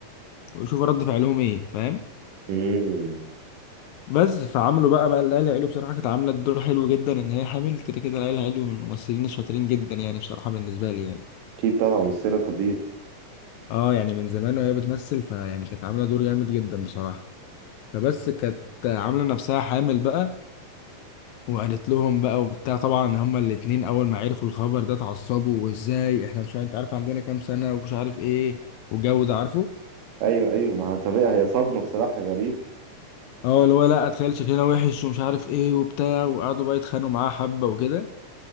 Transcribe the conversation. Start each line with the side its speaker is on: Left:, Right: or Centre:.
Left: ويشوفوا رد فعلهم ايه فاهم
Right: امم
Left: بس فعملوا بقى بقى ليلى علوي بصراحه كانت عامله الدور حلو جدا ان هي حامل كده كده ليلى علوي من الممثلين الشاطرين جدا يعني بصراحه بالنسبه لي يعني
Right: اكيد طبعا ممثلة قدير
Left: اه يعني من زمان وهي بتمثل فيعني كانت عامله دور جامد جدا بصراحه فبس كانت عامله نفسها حامل بقى وقالت لهم بقى وبتاع طبعا هما الاتنين اول ما عرفوا الخبر ده اتعصبوا وازاي احنا مش عارف- انت عارف عندنا كام سنة ومش عارف ايه والجو ده عارفه
Right: ايوه ايوه ما هو طبيعي هي صدمة بصراحة غريبة
Left: اه اللي هو لا اتخيل شكلنا وحش ومش عارف ايه وبتاع وقعدوا بقى يتخانقوا معاه حبة وكده